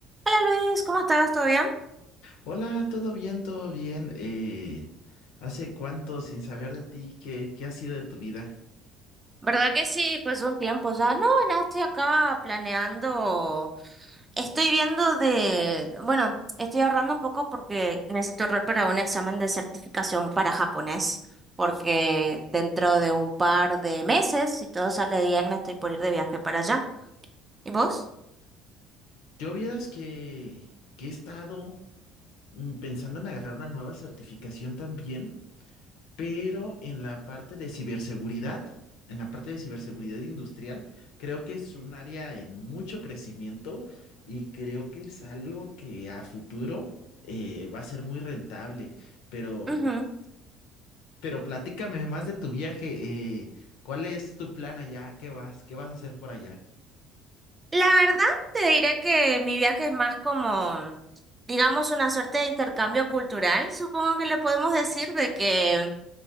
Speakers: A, on the right; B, on the left.
A: Hola Luis, ¿cómo estás? ¿Todo bien?
B: Hola, todo bien, todo bien. Eh, ¿hace cuánto sin saber de ti? ¿Qué, qué ha sido de tu vida?
A: ¿Verdad que sí? Pues un tiempo ya. No, nada, estoy acá planeando. Estoy viendo de... Bueno, estoy ahorrando un poco porque necesito ahorrar para un examen de certificación para japonés, porque dentro de un par de meses, si todo sale bien, me estoy por ir de viaje para allá. ¿Y vos?
B: Yo vieras que, que he estado mm, pensando en agarrar una nueva certificación también, pero en la parte de ciberseguridad, en la parte de ciberseguridad industrial, creo que es un área en mucho crecimiento y creo que es algo que a futuro eh, va a ser muy rentable, pero
A: Ujú.
B: Pero platícame más de tu viaje. eh, ¿cuál es tu plan allá? ¿Qué vas? ¿Qué vas a hacer por allá?
A: La verdad, te diré que mi viaje es más como, digamos, una suerte de intercambio cultural, supongo que le podemos decir, de que...